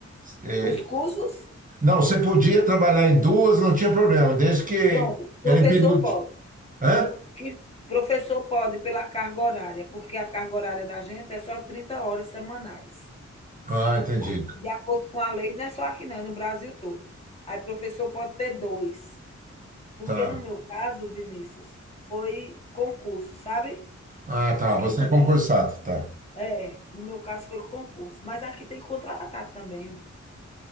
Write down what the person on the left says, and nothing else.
Os cursos,
pronto, professor
pode.
Que professor pode pela carga horária, porque a carga horária da gente é só 30 horas semanais.
Aí, de acordo com a lei, não é só aqui não, é no Brasil todo. Aí professor pode ter 2 porque
no meu caso, Vinícius, foi concurso, sabe,
que
eu
fiz.
É, no meu caso foi concurso, mas aqui tem contratado também.